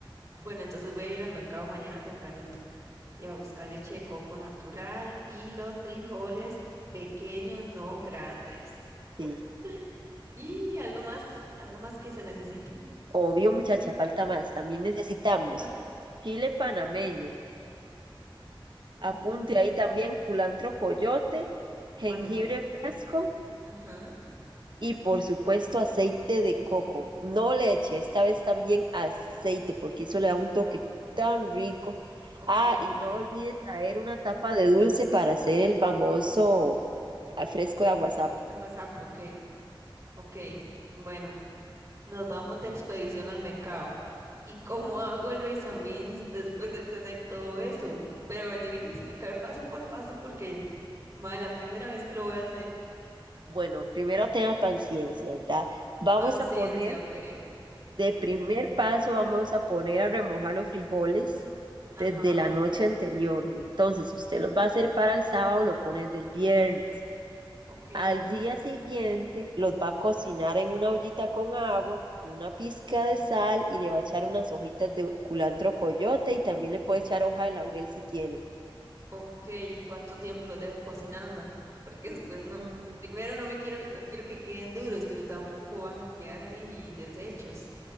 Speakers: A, on the right; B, on the right.
A: Bueno, entonces voy a ir al mercado mañana tempranito y a buscar leche de coco natural y los frijoles pequeños, no grandes.
B: sí.
A: <laughs> Y algo más, algo más que se necesite.
B: Obvio, muchacha, falta más. También necesitamos
A: What?
B: chile panameño,
A: Ujú,
B: apunte ahí también culantro coyote, jengibre
A: Mándese.
B: fresco
A: Ajá.
B: Y por supuesto aceite de coco, no leche, esta vez también aceite, porque eso le da un toque tan rico.
A: Ok.
B: Ah, y no olvide traer una tapa de dulce para hacer el famoso ah, fresco de aguasap.
A: Ah, WhatsApp, ok. Ok. Bueno, nos vamos de expedición al mercado. ¿Y cómo <laughs> hago el rice and beans después de tener todo eso? Pero me tiene que explicar paso por paso porque, madre, la primera vez que lo voy a hacer.
B: Bueno, primero tenga paciencia, ¿verdad? Vamos
A: Panciencia,
B: a poner,
A: ok.
B: de primer paso, vamos a poner a remojar los frijoles
A: Ajá,
B: desde la noche anterior. Entonces, si usted los va a hacer para el sábado, lo pone del viernes.
A: ok,
B: Al día siguiente los va a cocinar en una ollita con agua, una pizca de sal y le va a echar unas hojitas de culantro coyote y también le puede echar hoja de laurel si tiene.
A: ok. ¿Y cuánto tiempo los dejo cocinando? <laughs> Porque después no,
B: Mm,
A: primero no me quiero, no quiero que queden duros, pero tampoco van a quedar ahí deshechos.